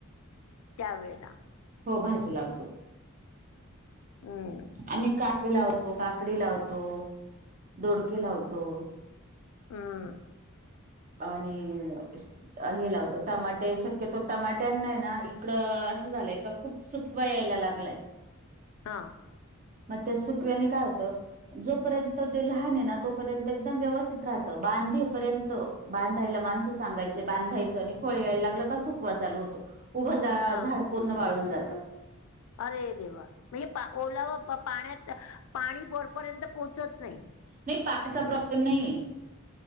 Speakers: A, on the left (about 90°); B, on the right (about 40°).
A: त्या वेळेला
B: हो भाजी लावतो.
A: हुम्म.
B: आम्ही कारली लावतो. काकडी लावतो. दोडके लावतो.
A: हुम्म.
B: आणि अ स हे लावतो टॅमाटे शक्यतो टॅमाट्यां ना इकडं असं झालंय का खूप सुकवा यायला लागलंय.
A: हा.
B: मग त्या सुकव्यानी काय होतं जोपर्यंत ते लहान आहे ना तोपर्यंत एकदम व्यवस्थित राहतं बांधेपर्यंत बांधायला माणसं सांगायचे बांधायचं आणि फळे यायला लागलं का सुखवा चालू होतो. उभ झाड
A: हा
B: पूर्ण वाळून जातं.
A: अरे देवा! म्हणजे ओला व पाण्यात पाणी वरपर्यंत पोहोचत नाही.
B: नाही पाण्याचा प्रॉब्लेम नाहीेए.